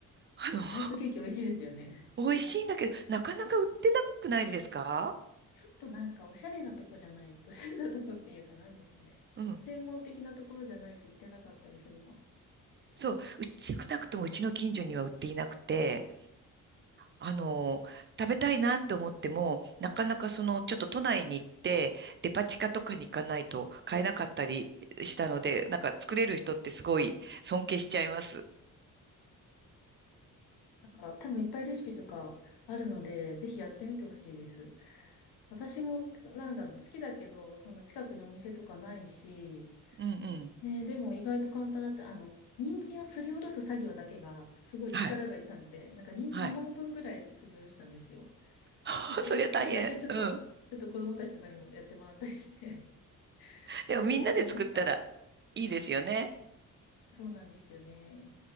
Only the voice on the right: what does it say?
あの、<laughs>
美味しいんだけど、なかなか売ってなくないですか
うん。
そう、うち、少なくともうちの近所には売っていなくて、あの、食べたいなって思っても、なかなかその、ちょっと都内に行って、デパ地下とかに行かないと買えなかったりしたので、なんか作れる人ってすごい尊敬しちゃいます。
うんうん。
はい。
はい。<laughs>
そりゃ大変。
うん。
でもみんなで作ったらいいですよね。